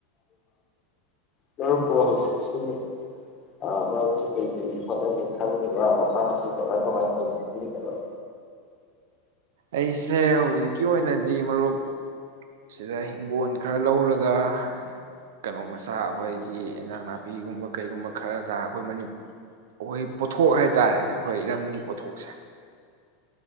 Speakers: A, on the left; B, on the right.
A: ꯃꯔꯨꯞꯄꯨ ꯄꯨ ꯍꯧꯖꯤꯛꯁꯤ ꯑ ꯃꯔꯨꯞꯁ‌ꯦ ꯀꯩ ꯀꯩ ꯍ‌ꯣꯠꯅꯒ‌ꯦ ꯈꯜꯂꯤꯕ ꯑ ꯈꯥꯁꯤ ꯀꯃꯥꯏ ꯀꯃꯥꯏ <unintelligible>
B: ꯑꯩꯁꯦ ꯍꯧꯖꯤꯛꯀꯤ ꯑꯣꯏꯅꯗꯤ ꯃꯔꯨꯞ ꯁꯤꯗ ꯍꯤꯡꯒꯣꯜ ꯈꯔ ꯂꯧꯔꯒ ꯀꯩꯅꯣ ꯃꯆꯥ ꯑꯩꯈꯣꯏꯒꯤ ꯏꯟꯖꯥꯡ ꯅꯥꯄꯤꯒꯨꯝꯕ ꯀꯩꯒꯨꯝꯕ ꯈꯔ ꯇ ꯑꯩꯈꯣꯏ ꯑꯩꯈꯣꯏ ꯄꯣꯊꯣꯛ ꯍꯥꯏꯇꯥꯔꯦꯅꯦ ꯑꯩꯈꯣꯏ ꯏꯔꯝꯒꯤ ꯄꯣꯠꯊꯣꯛꯁꯦ